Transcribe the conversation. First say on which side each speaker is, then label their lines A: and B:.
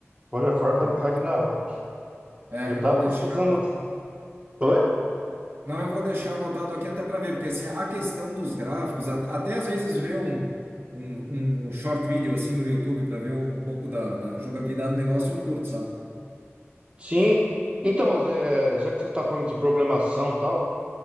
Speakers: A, on the right; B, on the right.
A: God of War Ra-
B: Depois,
A: Ragnarok.
B: é,
A: E eu tava
B: eu vou deixar.
A: pesquisando Oi?
B: Não, eu vou deixar anotado aqui até para ver, porque assim, a questão dos gráficos, a- até às vezes ver um, um, um short video assim no YouTube para ver um pouco da, da jogabilidade do negócio, eu curto, sabe?
A: Sim. Então, eh, eh, já que você está falando de programação e tal,